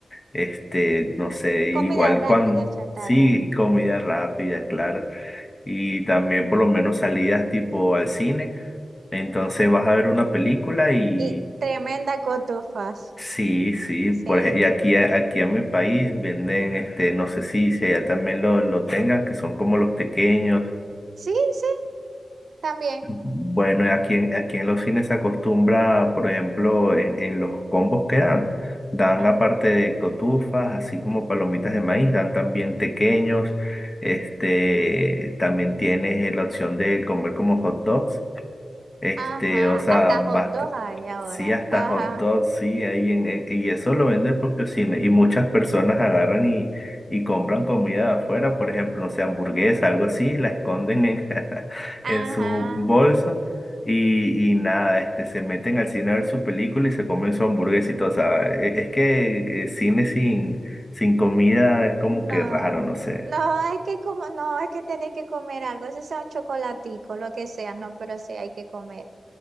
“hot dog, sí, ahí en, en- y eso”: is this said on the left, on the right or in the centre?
Left